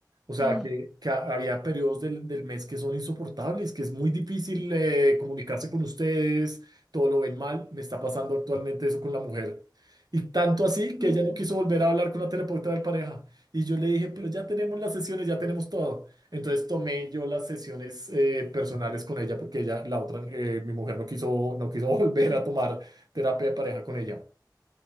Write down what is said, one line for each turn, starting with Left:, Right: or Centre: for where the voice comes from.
Right: O sea,
Centre: Mm,
Right: que, que ha- había periodos del, del mes que son insoportables, que es muy difícil eh, comunicarse con ustedes, todo lo ven mal. Me está pasando actualmente eso con la mujer. Y tanto así que
Centre: mm,
Right: ella no quiso volver a hablar con la terapeuta de pareja. Y yo le dije, pero ya tenemos las sesiones, ya tenemos todo. Entonces tomé yo las sesiones eh, personales con ella porque ella, la otra, eh, mi mujer no quiso, no quiso <laughs> volver
Centre: Sí.
Right: a tomar terapia de pareja con ella.